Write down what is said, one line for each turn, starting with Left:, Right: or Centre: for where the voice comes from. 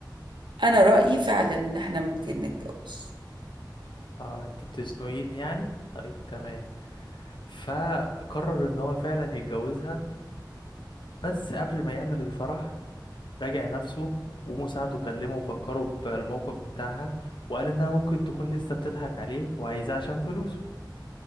Right: انا رأيي فعلا ان احنا ممكن نتجوز
Left: اه انت بتزنقيني يعني طيب تمام فقرر ان هو فعلا يتجوزها بس قبل ما يعمل الفرح راجع نفسه ومساعده كلمه وفكره بالموقف بتاعها وقال انها ممكن تكون لسه بتضحك عليه وعايزاه عشان فلوسه